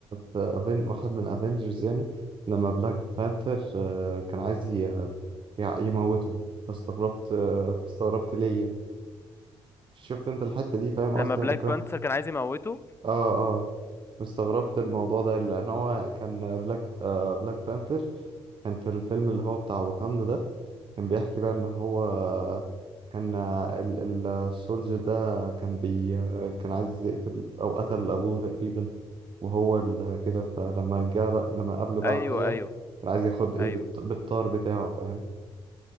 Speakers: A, on the right; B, on the left.
A: في أفين واحد من افنجرز يعني لما بلاك بانثر آه، كان عايز ي- يع- يموتهم فاستغربت آه، فاستغربت ليه يعني شفت انت الحتة دي فاهم
B: لما
A: قصدي
B: بلاك
A: انا بكرهها
B: بانثر كان عايز يموته
A: اه اه واستغربت الموضوع ده لان هو كان بلاك آه، بلاك بانثر كان في الفيلم اللي هو بتاع واكاندا ده كان بيحكي بقى ان هو كان ال- السولجر ده كان بي كان عايز يقتل او قتل ابوه تقريبا وهو ال- كده فلما جه بقى لما قابله بقى
B: ايوه
A: على الحقيقة
B: ايوه
A: كان عايز ياخد ايه
B: ايوه
A: بالط- بالطار بتاعه فاهم